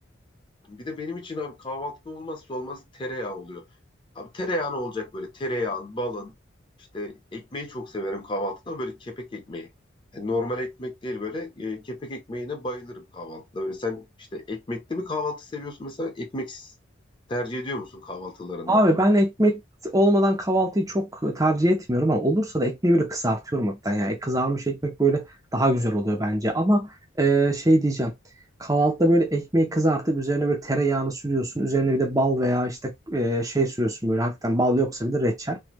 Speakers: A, on the left (about 25°); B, on the right (about 15°).
A: Bir de benim için abi kahvaltıda olmazsa olmaz tereyağı oluyor. Abi tereyağı ne olacak böyle? Tereyağın, balın, işte ekmeği çok severim kahvaltıda ama böyle kepek ekmeği. Yani normal ekmek değil böyle e, kepek ekmeğine bayılırım kahvaltıda. Böyle sen işte ekmekli mi kahvaltı seviyorsun mesela ekmeksiz tercih ediyor musun kahvaltılarında?
B: Abi ben ekmek olmadan kahvaltıyı çok tercih etmiyorum ama olursa da ekmeği böyle kızartıyorum hafiften. Yani kızarmış ekmek böyle daha güzel oluyor bence. Ama e, şey diyeceğim. Kahvaltıda böyle ekmeği kızartıp üzerine böyle tereyağını sürüyorsun. Üzerine bir de bal veya işte e, şey sürüyorsun böyle hafiften bal yoksa bir de reçel.